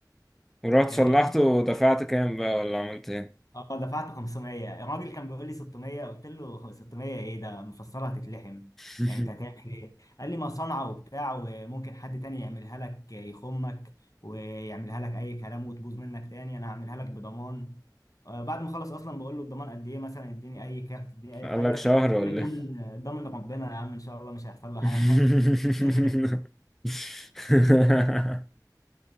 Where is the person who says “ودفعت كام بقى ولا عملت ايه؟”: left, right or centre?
Centre